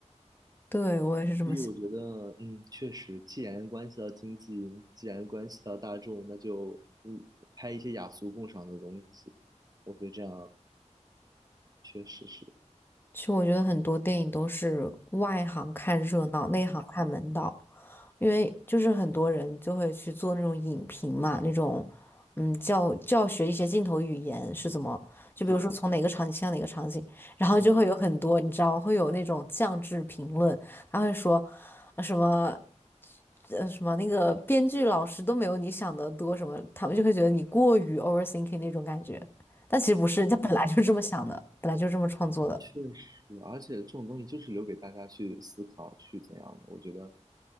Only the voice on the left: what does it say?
对，我也是这么想。
其实我觉得很多电影都是外行看热闹，内行看门道，因为就是很多人就会去做那种影评嘛，那种嗯教教学一些镜头语言是怎么，就比如说从哪个场景切到哪个场景，
然后就会有很多你知道会有那种降智评论，
他会说呃什么。呃什么那个编剧老师都没有你想的多什么，他们就会觉得你过于 overthinking 那种感觉，但其实不是，人家本来就是这么想的，本来就是这么创作的。